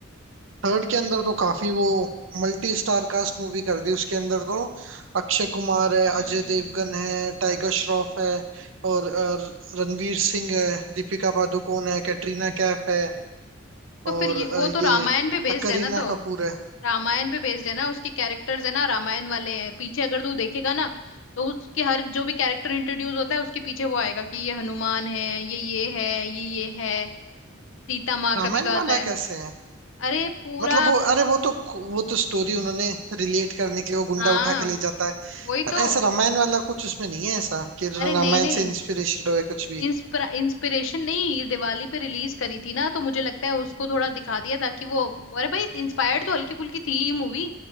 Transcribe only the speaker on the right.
थर्ड के अंदर तो काफी वो मल्टी स्टार कास्ट मूवी कर दी उसके अंदर तो अक्षय कुमार है
अजय देवगन है टाइगर श्रॉफ है और अ, रणवीर सिंह है दीपिका पादुकोण है कैटरीना कैफ है
और
अ,
ये
करीना
कपूर है
रामायण
वाला
कैसे है
मतलब वो अरे वो तो वो तो स्टोरी उन्होंने रिलेट करने के लिए वो गुंडा
उठा के ले जाता है
पर
ऐसा रामायण वाला कुछ उसमें नहीं है ऐसा कि
रामायण
से इंस्पिरेशन हो कुछ भी